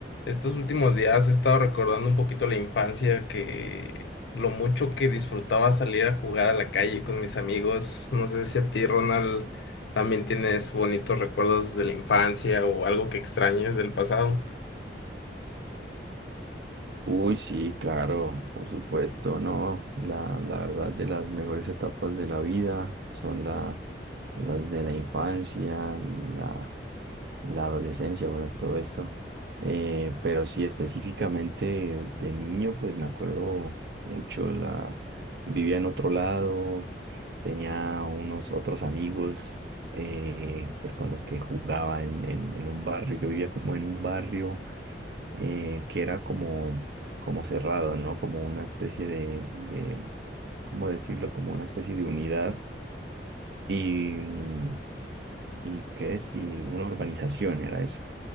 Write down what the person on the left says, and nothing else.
Estos últimos días he estado recordando un poquito la infancia, que lo mucho que disfrutaba salir a jugar a la calle con mis amigos. No sé si a ti, Ronald, también tienes bonitos recuerdos de la infancia o algo que extrañes del pasado.